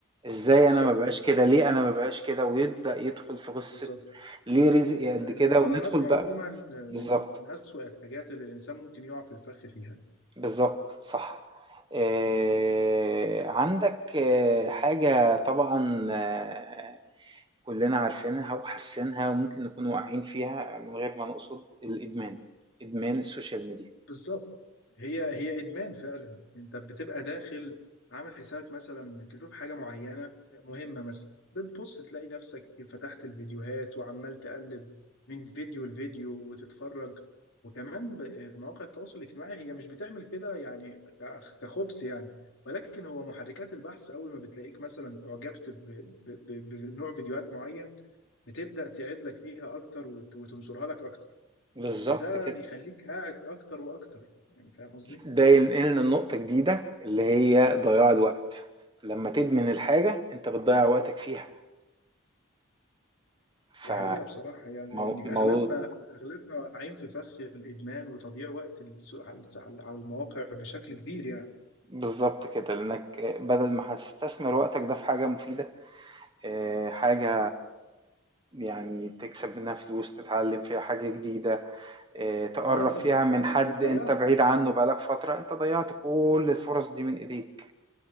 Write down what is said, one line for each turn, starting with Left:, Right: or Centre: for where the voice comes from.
Right: إزاي
Left: بالظبط
Right: أنا ما أبقاش كده، ليه أنا ما أبقاش كده، ويبدأ يدخل في قصة
Left: بالظبط
Right: ليه رزقي قد كده،
Left: المقارنات
Right: وندخل
Left: عموما
Right: بقى بالضبط.
Left: من من أسوأ الحاجات اللي الإنسان ممكن يقع في الفخ فيها
Right: بالضبط صح. آآ عندك آآ حاجة طبعًا آه، كُلّنا عارفينها وحاسينها وممكن نكون واقعين فيها من غير ما نقصد، الإدمان، إدمان السوشيال ميديا.
Left: بالظبط هي هي ادمان فعلا انت بتبقى داخل عامل حسابك مثلا تشوف حاجه معينه مهمه مثلا بتبص تلاقي نفسك فتحت الفيديوهات وعمال تقلب من فيديو لفيديو وتتفرج وكمان ب- مواقع التواصل الاجتماعي هي مش بتعمل كده يعني ك- كخبث يعني ولكن هو محركات البحث اول ما بتلاقيك مثلا اعجبت ب- ب- ب- بنوع فيديوهات معين بتبدأ تعيد لك فيها اكتر وت- وتنشرها لك اكتر
Right: بالضبط
Left: فده
Right: كده.
Left: بيخليك قاعد اكتر واكتر يعني فاهم قصدي
Right: ده ينقلنا لنقطة جديدة اللي هي ضياع الوقت. لمّا تدمن الحاجة أنت بتضيّع وقتك فيها، ف
Left: دي حقيقة بصراحة يعني
Right: مو
Left: يعني أغلبنا
Right: مو
Left: أغلبنا واقعين في فخ الإدمان وتضييع وقت الس- على على المواقع بشكل كبير يعني
Right: بالضبط كده، لإنّك بدل ما هتستثمر وقتك ده في حاجة مفيدة آه، حاجة يعني تكسب منها فلوس تتعلم فيها حاجة جديدة آه، تقرب
Left: مثلا
Right: فيها من حد
Left: بتضيع
Right: انت بعيد عنه بقالك فترة انت ضيعت كل الفرص دي من ايديك